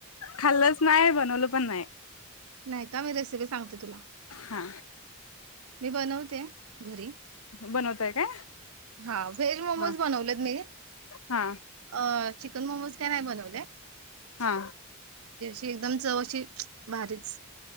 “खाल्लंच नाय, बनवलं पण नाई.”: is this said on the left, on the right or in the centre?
Left